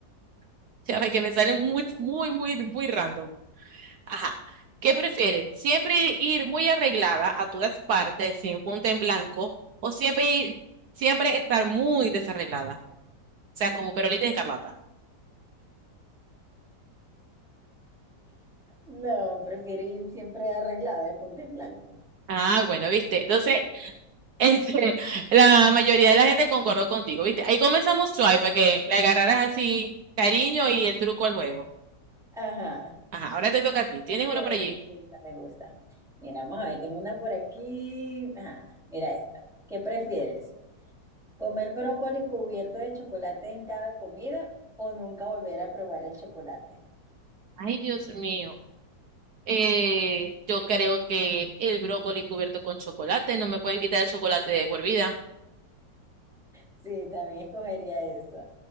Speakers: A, on the right; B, in the centre.
A: <laughs> Ya ve que me salen muy, muy, muy, muy random. Ajá. ¿Qué prefieres? ¿Siempre ir muy arreglada a todas partes, sin punta en blanco, o siempre ir, siempre estar muy desarreglada? O sea, como perolita de escarlata.
B: No, prefiero ir siempre arreglada de punto en blanco.
A: Ah, bueno, viste. Entonces, <laughs> este, la mayoría de la gente concordó contigo, viste. Ahí comenzamos suave para que le agarraras así cariño y el truco al juego.
B: Ajá.
A: Ajá, ahora te toca a ti. ¿Tienes uno
B: Chévere,
A: por allí?
B: me gusta, me gusta. Mira, vamos a ver, tengo una por aquí. Ajá, mira esta. ¿Qué prefieres? ¿Comer brócoli cubierto de chocolate en cada comida o nunca volver a probar el chocolate? <laughs>
A: Ay, Dios mío. Eh, yo creo que el brócoli cubierto con chocolate, no me pueden quitar el chocolate de por vida.
B: Sí, también escogería eso.